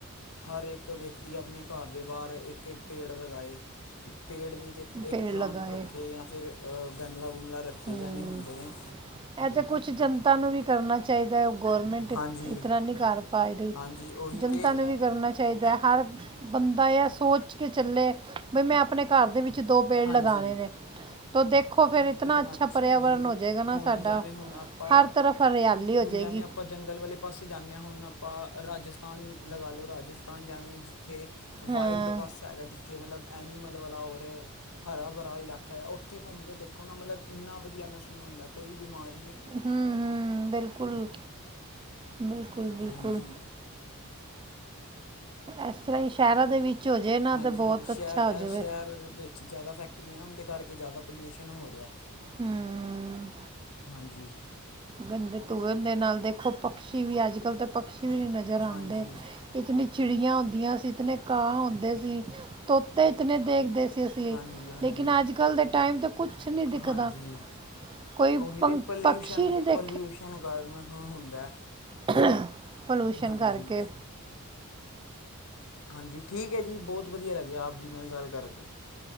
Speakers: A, on the left; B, on the right.
A: ਹਰ ਇੱਕ ਵਿਅਕਤੀ ਆਪਣੇ ਘਰ ਦੇ ਬਾਹਰ ਇੱਕ ਇੱਕ ਪੇੜ ਲਗਾਏ ਪੇੜ ਨਹੀਂ ਤਾਂ ਇੱਕ
B: ਪੇੜ
A: ਪਲਾਂਟ
B: ਲਗਾਏ
A: ਰੱਖੇ ਜਾਂ ਫਿਰ ਤੁਹਾਨੂੰ ਲੱਗ ਗਮਲਾ ਰੱਖੇ
B: ਹੂੰ
A: ਜਾਂਵੇ ਹੁੰਦੇ ਨੇ
B: ਇਹ ਤੇ ਕੁਝ ਜਨਤਾ ਨੂੰ ਵੀ ਕਰਨਾ ਚਾਹੀਦਾ ਹੈ ਗੌਰਮੈਂਟ ਇਸ
A: ਹਾਂਜੀ
B: ਤਰ੍ਹਾਂ ਨਹੀਂ ਕਰ ਪਾ ਰਹੀ
A: ਹਾਂਜੀ ਉਹੀ
B: ਜਨਤਾ
A: ਤਾਂ
B: ਨੂੰ ਵੀ ਕਰਨਾ ਚਾਹੀਦਾ ਹਰ ਬੰਦਾ ਇਹ ਸੋਚ ਕੇ ਚੱਲੇ ਬਈ ਮੈਂ ਆਪਣੇ ਘਰ ਦੇ ਵਿੱਚ ਵਿੱਚ ਦੋ ਪੇੜ
A: ਹਾਂਜੀ
B: ਲਗਾਉਣੇ ਨੇ ਤੋ ਦੇਖੋ ਫਿਰ
A: ਇਤਨਾ ਅੱਛਾ
B: ਪਰਿਆਵਰਨ
A: ਉਹੀ ਤੇ
B: ਹੋ ਜਾਏਗਾ ਨਾ
A: ਹੁਣ
B: ਸਾਡਾ
A: ਜਿਵੇਂ ਹੁਣ ਆਪਾਂ
B: ਹਰ ਤਰਫ ਹਰਿਆਲੀ ਹੋ
A: ਹੁਣ
B: ਜਾਏਗੀ
A: ਜਿਵੇਂ ਆਪਾਂ ਜੰਗਲ ਵਾਲੇ ਪਾਸੇ ਜਾਂਦੇ ਹਾਂ ਹੁਣਾਂ ਆਪਾਂ ਰਾਜਸਥਾਨ ਲਗਾ ਲਓ ਰਾਜਸਥਾਨ ਜਾਵੇਂ ਜਿੱਥੇ
B: ਹਾਂ
A: ਵਾਈਲਡ ਪਾਸਾ ਹੈਗਾ ਜਿੱਥੇ ਮਤਲਬ ਐਨੀਮਲ ਵਾਲਾ ਹੋਰ ਹਰਾ ਭਰਾ ਇਲਾਕਾ ਹੈ ਉੱਥੇ ਘੁੰਮ ਕੇ ਦੇ ਦੇਖੋ ਨਾ ਮਤਲਬ ਇੰਨਾ ਵਧੀਆ ਮਹਿਸੂਸ ਹੁੰਦਾ ਕੋਈ ਬਿਮਾਰ
B: ਹਮ-ਹਮ ਬਿਲਕੁਲ। ਬਿਲਕੁਲ-ਬਿਲਕੁਲ
A: ਹਾਂਜੀ
B: ਇਸ ਤਰ੍ਹਾਂ ਹੀ ਸ਼ਹਿਰਾਂ ਦੇ ਵਿੱ ਹੋ ਜੇ ਨਾ
A: ਹਾਂਜੀ
B: ਤੇ ਬਹੁਤ
A: ਸ਼ਹਿਰ
B: ਅੱਛਾ
A: ਇਹ
B: ਹੋ ਜਾਵੇ।
A: ਸ਼ਹਿਰ ਵਿੱਚ ਜ਼ਿਆਦਾ ਫੈਕਟਰੀਆਂ ਨਾ ਉਹਦੇ ਕਰਕੇ ਜ਼ਿਆਦਾ ਪੋਲਿਊਸ਼ਨ ਹੋ ਰਿਹਾ।
B: ਹਮ
A: ਹਾਂਜੀ
B: ਗੰਦੇ ਤੂਏ ਹੁੰਦੇ ਨਾਲ ਦੇਖੋ ਪਕਸ਼ੀ ਵੀ ਅੱਜ ਕੱਲ ਤੇ ਪਕਸ਼ ਵੀ ਨਹੀਂ ਨਜ਼ਰ ਆਂਦੇ,
A: ਹਾਂਜੀ
B: ਇਤਨੀ ਚਿੜੀਆਂ ਹੁੰਦੀਆਂ ਸੀ, ਇਤਨੇ ਕਾਹ ਹੁੰਦੇ ਸੀ, ਤੋਤੇ ਇਤਨੇ ਦੇਖ ਦੇਖਦੇ ਸੀ
A: ਹਾਂਜੀ ਹਾਂਜੀ
B: ਲੇਕਿਨ ਅੱਜ ਕਲ ਦੇ ਟਾਈਮ ਤੇ ਕੁਛ ਨੀ ਦਿਖਦਾ।
A: ਹਾਂਜੀ
B: ਕੋਈ
A: ਉਹੀ
B: ਪੰਕ
A: ਤੇ ਪੋਲਿਊਸ਼ਨ
B: ਪਕਸ਼ੀ ਨਹੀਂ ਦੇ
A: ਪੋਲਿਊਸ਼ਨ ਕਾਰਨ ਹੁੰ ਹੁੰਦਾ।
B: <inaudible> ਪੋਲਿੂਸ਼ਨ
A: ਹਾਂਜੀ
B: ਕਰਕੇ।
A: ਹਾਂਜੀ ਠੀਕ ਹੈ ਜੀ, ਬਹੁਤ ਵਧੀਆ ਲੱਗਿਆ ਆਪ ਜੀ ਨਾਲ ਗੱਲ ਕਰਕੇ।